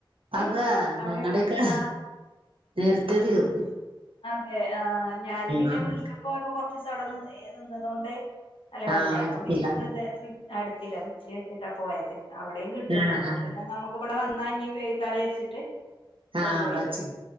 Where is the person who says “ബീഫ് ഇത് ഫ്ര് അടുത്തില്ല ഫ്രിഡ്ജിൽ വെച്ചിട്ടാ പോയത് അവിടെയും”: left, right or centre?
Left